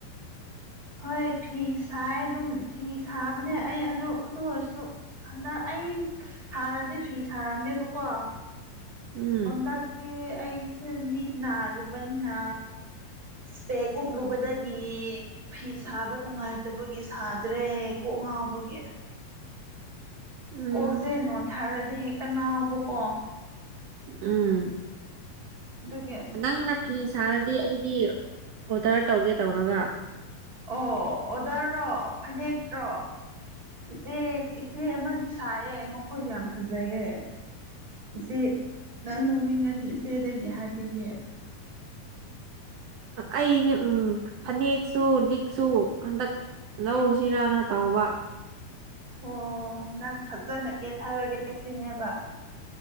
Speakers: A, on the right; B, on the right.
A: ꯍꯣꯏ ꯐꯤ ꯁꯥꯏ ꯑꯗꯨꯝ ꯐꯤ ꯁꯥꯕꯅꯦ ꯑꯩ ꯑꯗꯨ ꯑꯗꯨ ꯑꯣꯏꯔꯁꯨ ꯍꯟꯗꯛ ꯑꯩ ꯍꯥꯟꯅꯗꯤ ꯐꯤ ꯁꯥꯔꯝꯃꯦꯕꯀꯣ꯫
B: ꯎꯝ
A: ꯍꯟꯗꯛꯇꯤ ꯑꯩꯁꯦ ꯃꯤꯠ ꯅꯥꯔꯨꯕꯅꯤꯅ ꯁ꯭ꯄꯦꯀ ꯎꯞꯂꯨꯕꯗ ꯒꯤ ꯐꯤ ꯁꯥꯕ ꯅꯨꯡꯉꯥꯏꯇꯕꯒꯤ ꯁꯥꯗ꯭ꯔꯦ ꯀꯣꯛ ꯉꯥꯎꯕꯒꯤ
B: ꯎꯝ
A: ꯀꯣꯛꯁꯦ ꯅꯣꯠꯊꯥꯔꯗꯤ ꯍꯦꯛꯇ ꯉꯥꯎꯕꯀꯣ
B: ꯎꯝ
A: ꯑꯗꯨꯒꯤ
B: ꯅꯪꯅ ꯐꯤ ꯁꯥꯔꯗꯤ ꯑꯩꯗꯤ ꯑꯣꯗꯔ ꯇꯧꯒꯦ ꯇꯧꯔꯒ
A: ꯑꯣ ꯑꯣꯗꯔꯔꯣ ꯐꯅꯦꯛꯔꯣ ꯏꯆꯦ ꯐꯤ ꯑꯃꯗꯤ ꯁꯥꯏꯌꯦ ꯃꯈꯨꯠ ꯌꯥꯝ ꯐꯖꯩꯌꯦ ꯏꯆꯦ ꯅꯪ ꯂꯧꯅꯤꯡꯉꯗꯤ ꯏꯆꯦꯗꯒꯤ ꯍꯥꯏꯕꯤꯒꯦ
B: ꯑꯩꯖꯦ ꯎꯝ ꯐꯅꯦꯛꯁꯨ ꯂꯤꯛꯁꯨ ꯍꯟꯗꯛ ꯂꯧꯁꯤꯔꯅ ꯇꯧꯕ
A: ꯑꯣ ꯅꯪ ꯐꯖꯅ ꯀꯦꯊꯔꯒꯦ ꯁꯤꯅꯦꯕ